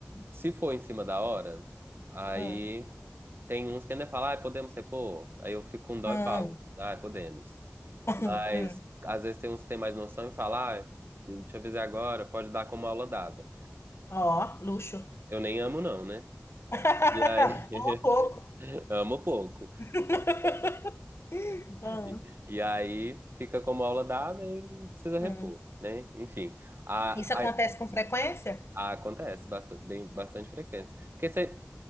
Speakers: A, on the right; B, on the left.
A: Se for em cima da hora, aí
B: Hum,
A: tem uns que ainda falam, ah, podemos repor? Aí eu fico com dó
B: hum, hum.
A: e falo, ah, podemos.
B: hum.
A: Mas às vezes tem uns que têm mais noção e falam, ah, deixa eu avisar agora, pode dar como aula dada.
B: Ó, luxo.
A: Eu nem amo, não, né?
B: <laughs>
A: E aí,
B: Ó, pouco.
A: <laughs> amo pouco.
B: <laughs> Hum,
A: E, e aí fica como aula dada e não precisa repor,
B: hum.
A: né? Enfim, a,
B: Isso acontece
A: a-
B: com frequência?
A: a- acontece bastante, bem, bastante frequência. Porque você,